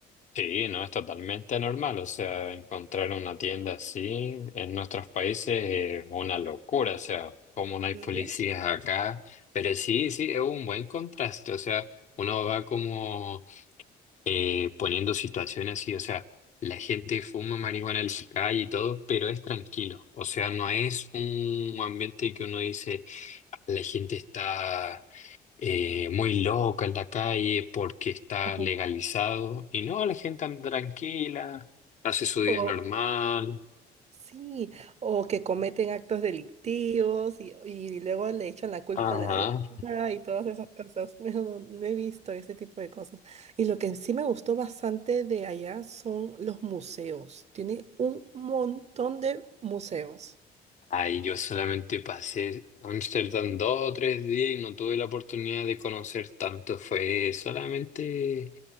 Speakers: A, on the left; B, on the right.
A: Sí, no, es totalmente normal. O sea, encontrar una tienda así en nuestros países es una locura. O sea, como no hay
B: Sí.
A: policías acá. Pero sí, sí, es un buen contraste. O sea, uno va como eh, poniendo situaciones así. O sea, la gente fuma marihuana en la calle y todo, pero es tranquilo. O sea, no es un ambiente que uno dice, la gente está eh, muy loca en la calle porque está
B: Ajá.
A: legalizado. Y no, la gente anda tranquila, hace su día
B: O,
A: normal.
B: Sí, o que cometen actos delictivos y, y luego le echan la culpa
A: Ajá.
B: a la droga y todas esas cosas. <laughs> No, no, no he visto ese tipo de cosas. Y lo que sí me gustó bastante de allá son los museos. Tiene un montón de museos.
A: Ahí yo solamente pasé Amsterdam dos o tres días y no tuve la oportunidad de conocer tanto. Fue solamente